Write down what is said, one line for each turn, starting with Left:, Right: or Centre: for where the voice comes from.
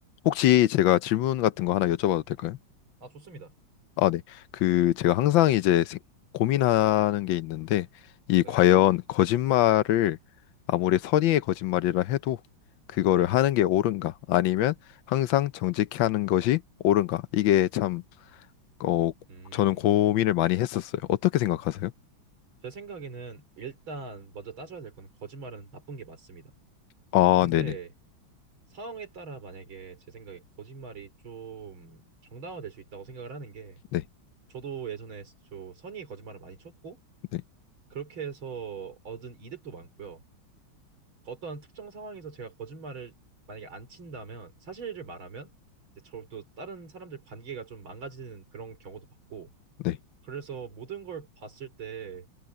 Left: 혹시 제가 질문 같은 거 하나 여쭤봐도 될까요?
Right: 아, 좋습니다.
Left: 아, 네. 그 제가 항상 이제 생- 고민하는 게 있는데 이
Right: 네,
Left: 과연 거짓말을 아무리 선의의 거짓말이라 해도 그거를
Right: 네.
Left: 하는 게 옳은가? 아니면 항상 정직히 하는 것이 옳은가? 이게 참 어,
Right: 음,
Left: 저는 고민을 많이 했었어요. 어떻게 생각하세요?
Right: 제 생각에는 일단 먼저 따져야 될 거는 거짓말은 나쁜 게 맞습니다.
Left: 아,
Right: 근데
Left: 네네.
Right: 상황에 따라 만약에 제 생각에 거짓말이 좀 정당화될 수 있다고 생각을 하는 게
Left: 네.
Right: 저도 예전에 저 선의의 거짓말을 많이 쳤고
Left: 네.
Right: 그렇게 해서 얻은 이득도 많고요. 어떤 특정 상황에서 제가 거짓말을 만약에 안 친다면 사실을 말하면 이제 저또 다른 사람들 관계가 좀 망가지는 그런 경우도 봤고
Left: 네.
Right: 그래서 모든 걸 봤을 때